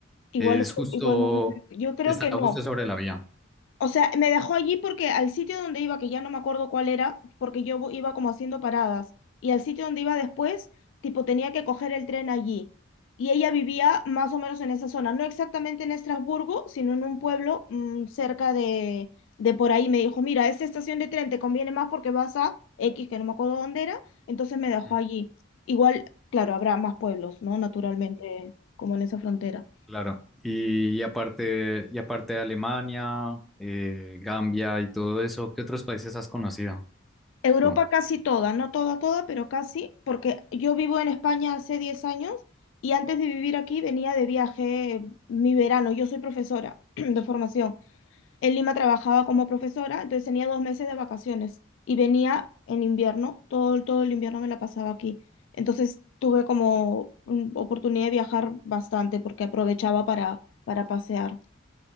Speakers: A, on the left (about 65°); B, in the centre.
A: igual,
B: Es justo,
A: igual no sé, pero yo creo
B: está
A: que no.
B: justo sobre la vía.
A: O sea, me dejó allí porque al sitio donde iba, que ya no me acuerdo cuál era, porque yo vo- iba como haciendo paradas, y al sitio donde iba después, tipo, tenía que coger el tren allí. Y ella vivía más o menos en esa zona, no exactamente en Estrasburgo, sino en un pueblo mm, cerca de, de por ahí. Me dijo, mira, esta estación de tren te conviene más porque vas a X, que no me acuerdo dónde era, entonces me dejó
B: Mm,
A: allí. Igual, claro, habrá más pueblos, ¿no? Naturalmente, como en esa frontera.
B: Claro. Y, y aparte, y aparte de Alemania, eh, Gambia y todo eso, ¿qué otros países has conocido
A: Europa
B: tú?
A: casi toda, no toda, toda, pero casi, porque yo vivo en España hace 10 años y antes de vivir aquí venía de viaje eh, mi verano. Yo soy profesora <clears throat> de formación. En Lima trabajaba como profesora, entonces tenía dos meses de vacaciones y venía en invierno, todo, todo el invierno me la pasaba aquí. Entonces tuve como mm, oportunidad de viajar bastante porque aprovechaba para, para pasear.